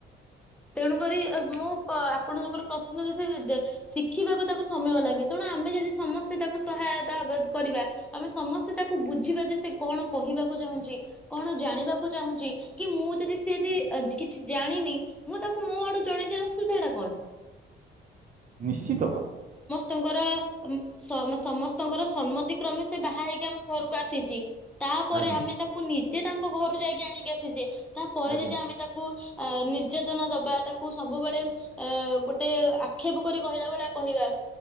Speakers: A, in the centre; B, on the right.
A: ତେଣୁକରି ମୁଁ ଆପଣଙ୍କର ପ୍ରଶ୍ନ <unintelligible> ଶିଖିବାକୁ ତାକୁ ସମୟ ଲାଗେ ତେଣୁ ଆମେ ଯଦି ସମସ୍ତେ ତାକୁ ସହାୟତା ହାବାଦ କରିବା ଆମେ ସମସ୍ତେ ତାକୁ ବୁଝିବା ଯେ ସେ କଣ କହିବାକୁ ଚାହୁଁଛି କଣ ଜାଣିବାକୁ ଚାହୁଁଛି କି ମୁଁ ଯଦି ସେ ଯଦି କିଛି ଜାଣିନି ମୁଁ ତାକୁ ମୋ ଆଡୁ ଜଣେଇ ଦେବାର ଅସୁବିଧା ଟା କଣ
B: ନିଶ୍ଚିତ ଭାବେ
A: ତାଙ୍କର ଅମ୍ ସମ ସମସ୍ତଙ୍କର ସମ୍ମତି କ୍ରମେ ସେ ବାହା ହେଇକି ଆମ ଘରକୁ ଆସିଛି ତାପରେ
B: ଆଜ୍ଞା
A: ଆମେ ତାକୁ ନି ଯେଏ ତାଙ୍କ ଘରୁ ଯାଇକି ଆଣିକି ଆସିଛି ତାପରେ
B: ଆଜ୍ଞା
A: ଯଦି ଆମେ ତାକୁ ଆ <unintelligible> ସଚେତନା ଦବା ତାକୁ ସବୁବେଳେ ଅ ଗୋଟେ ଆକ୍ଷେପ କରି କହିଲିବା ଭଳିଆ କହିବା